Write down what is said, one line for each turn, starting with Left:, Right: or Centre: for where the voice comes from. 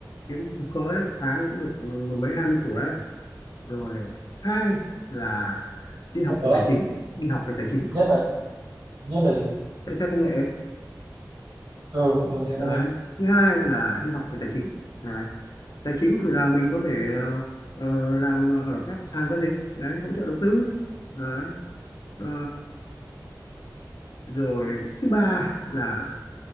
Left: kiếm không khớ đấy tháng cũng được mười mấy hai mươi củ đấy rồi hai là đi học
Right: Có
Left: về
Right: lại
Left: tài chính đi học về tài chính
Right: nhất là nhất là gì
Left: chạy xe công nghệ
Right: ừ ừ sẽ
Left: đấy
Right: công nghệ
Left: thứ hai là đi học về tài chính Đấy, tài chính thì là mình có thể ờ, ờ, làm ở các sàn giao dịch đấy, hỗ trợ đầu tư đấy. Ờ, rồi thứ ba là